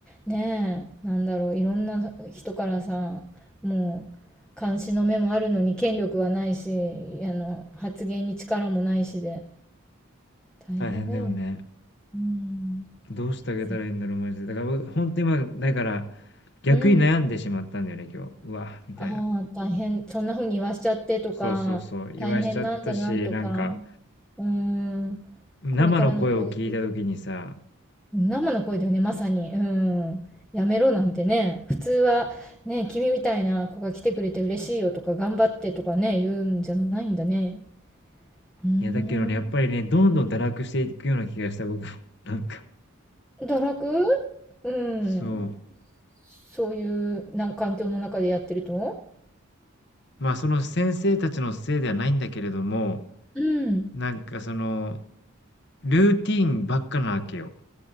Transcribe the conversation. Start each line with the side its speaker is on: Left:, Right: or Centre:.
Centre: ねえ、なんだろう、いろんな人からさ、もう監視の目もあるのに権力はないし、あの、発言に力もないしで、大変だよ。
Left: 大変だよね。
Centre: うん。
Left: どうしてあげたらいいんだろう、
Centre: せ
Left: マジで。だから、ほんと今、だから、逆に悩んでしまったんだよね、
Centre: うん。
Left: 今日。うわ、みたいな。
Centre: ああ、大変、そんな風に言わしちゃってとか、
Left: そうそうそう、言わしちゃったし、
Centre: 大変なんだなとか、
Left: なんか、
Centre: うん。
Left: 生の声を聞いた時にさ、
Centre: これからの教育。生の声だよね、まさに。うん。やめろなんてね、普通はね、君みたいな子が来てくれて嬉しいよとか、頑張ってとかね、言うんじゃないんだね。うーん。
Left: いや、だけどね、やっぱりね、どんどん堕落していくような気がした、僕も。<laughs> なんか、
Centre: 堕落うん。
Left: そう。
Centre: そういうな環境の中でやってると
Left: まあ、その先生たちのせいではないんだけれども、
Centre: うん。
Left: なんかその、ルーティーンばっかなわけよ。